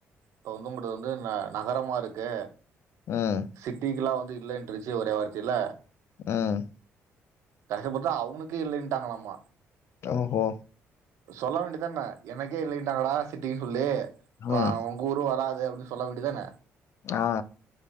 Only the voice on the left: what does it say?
ம்
ம்
ஓஹோ
ம்.
ஆ